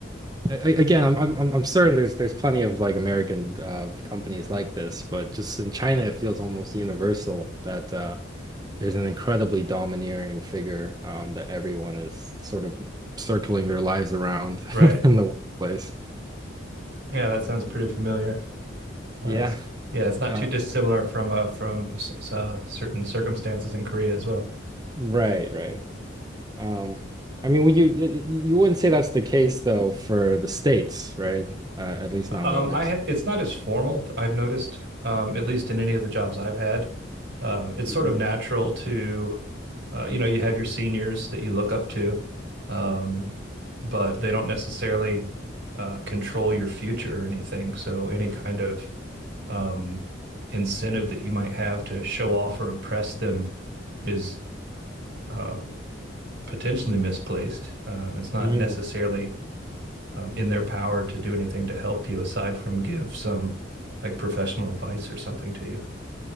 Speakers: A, on the right (about 20°); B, on the right (about 65°).
A: I, I- again, I'm I'm I'm certain there's there's plenty of like American uh, companies like this, but just in China, it feels almost universal that uh, there's an incredibly domineering figure um, that everyone is sort of circling their lives around
B: right.
A: <laughs> in the workplace.
B: Yeah, that sounds pretty familiar. Uh,
A: Yeah.
B: it's- yeah, it's not
A: Uh,
B: too dissimilar from uh, from s- s- uh, certain circumstances in Korea as well.
A: right, right. Um, I mean, would you you wouldn't say that's the case though for the states, right? Uh, at least not
B: Um,
A: what I've
B: I
A: seen.
B: ha it's not as formal, I've noticed, um, at least in any of the jobs I've had. Um, it's
A: Mhm.
B: sort of natural to, uh, you know, you have your seniors that you look up to, um, but they don't necessarily uh, control your future or anything. So any kind of um, incentive that you might have to show off or impress them is um, potentially misplaced. Um, it's not
A: Mm.
B: necessarily um, in their power to do anything to help you aside from give some like professional advice or something to you.